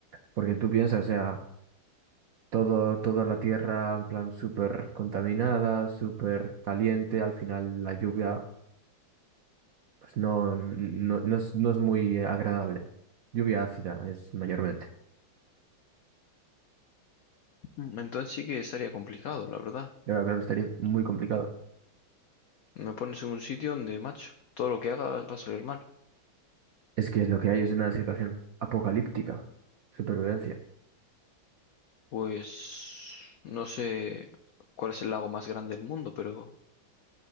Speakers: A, on the right; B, on the left.
A: Porque tú piensas, o sea, todo, toda la tierra en plan súper contaminada, súper caliente. Al final la lluvia pues no, no, no es, no es muy agradable. Lluvia ácida es mayormente.
B: Mm, Entonces sí que estaría complicado, la verdad.
A: Y ahora, claro, estaría muy complicado.
B: Me pones en un sitio donde, macho, todo lo que haga va a salir mal.
A: Es que es lo que hay, es una situación apocalíptica. Supervivencia.
B: Pues no sé cuál es el lago más grande del mundo, pero